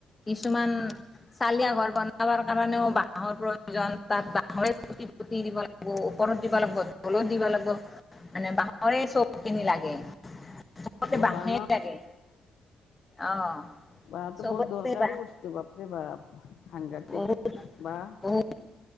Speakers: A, on the left; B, on the left.
A: কিছুমান চালিয়া ঘৰ বনাবাৰ কাৰণেও বাঁহৰ প্ৰয়োজন তাত বাঁহৰে খুটি পুতি দিব লাগব। ওপৰত দিবা লাগব তলত দিবা লাগব মানে বাঁহৰে চবখিনি লাগে চবতে
B: অ'
A: বাঁহে
B: বাঁহ
A: লাগে। অ।
B: বা
A: চবতে
B: তো বহুত দৰকাৰী
A: বাঁহ
B: বস্তু বাপৰে বাপ। সাংঘাতিক
A: বহুত
B: বা,
A: বহুত